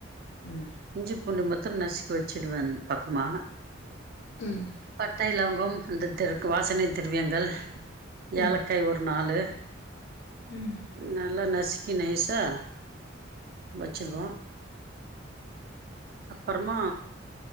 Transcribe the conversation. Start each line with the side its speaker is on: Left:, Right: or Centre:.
Left: ம்
Right: இஞ்சி பூண்டு மாத்திரோ நசுக்கி வச்சுடுவ அந் பக்கமா
Left: ம்
Right: பட்டை இலவங்கம் அந்த திர வாசனை திரவியங்கள்
Left: ம்
Right: ஏலக்காய் ஒரு நாலு
Left: ம்
Right: நல்லா நசுக்கி நைஸா வச்சுருவோ அப்பறமா